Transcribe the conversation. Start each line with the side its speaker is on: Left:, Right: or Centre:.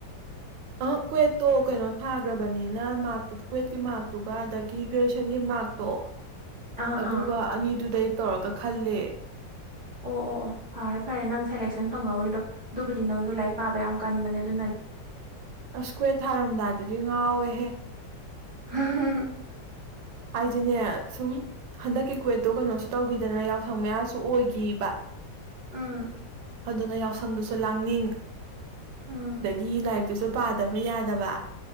Right: ꯑ ꯀ꯭ꯋꯦꯠꯇꯣ ꯀꯩꯅꯣ ꯊꯥꯈ꯭ꯔꯕꯅꯤꯅ ꯃꯥꯔꯛꯇꯨ ꯀ꯭ꯋꯦꯠꯀꯤ ꯃꯥꯔꯛꯇꯨꯒ ꯑꯗꯒꯤ ꯒ꯭ꯔꯦꯖꯨꯋꯦꯁꯟꯒꯤ ꯃꯥꯔꯛꯇꯣ
Centre: <inaudible>
Right: ꯑꯗꯨꯒ
Centre: ꯑꯥ
Right: ꯑꯅꯤꯗꯨꯗꯩ ꯇꯧꯔꯒ ꯈꯜꯂꯦ
Centre: ꯑꯣ ꯑꯣ ꯑꯣ ꯐꯔꯦ ꯐꯔꯦ ꯅꯪ ꯁꯦꯂꯦꯛꯁꯟ ꯐꯪꯍꯧꯔꯤꯗꯣ ꯑꯗꯨꯕꯨꯗꯤ ꯅꯪꯗꯣ ꯂꯥꯏꯔꯤꯛ ꯄꯥꯕ ꯌꯥꯝ ꯀꯟꯕꯅꯦ ꯑꯗꯨꯅꯅꯦ
Right: ꯑꯁ ꯀ꯭ꯦꯠ ꯊꯥꯔꯝꯗꯥꯏꯗꯨꯗꯤ ꯉꯥꯎꯋꯦꯍꯦ
Centre: <unintelligible>
Right: ꯑꯩꯁꯨꯅꯦ ꯁꯨꯝ ꯍꯟꯗꯛꯀꯤ ꯀꯨꯋꯦꯠꯇꯨ ꯀꯩꯅꯣꯁꯨ ꯇꯧꯈꯤꯗꯅ ꯌꯥꯎꯁꯪ ꯃꯌꯥꯁꯨ ꯑꯣꯏꯈꯤꯏꯕ
Centre: ꯎꯥ
Right: ꯑꯗꯨꯅ ꯌꯥꯎꯁꯪꯗꯁꯨ ꯂꯥꯡꯅꯤꯡ
Centre: ꯎꯝ
Right: ꯑꯗꯒꯤ ꯂꯥꯏꯔꯤꯛꯇꯨꯁꯨ ꯄꯥꯗꯕ ꯌꯥꯗꯕ